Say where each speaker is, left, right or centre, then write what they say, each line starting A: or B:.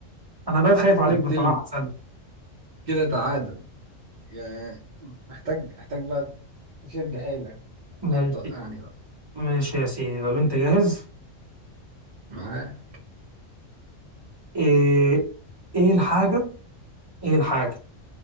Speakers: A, on the right; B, on the right.
A: انا بقيت خايف عليك
B: قتلني
A: بصراحه سنة
B: كده تعادل يعني محتاج محتاج بقى تشد حيلك
A: ماشي
B: هل توقعني بقى
A: ماشي يا سيدي طب انت جاهز
B: معاه
A: ايه ايه الحاجه ايه الحاجه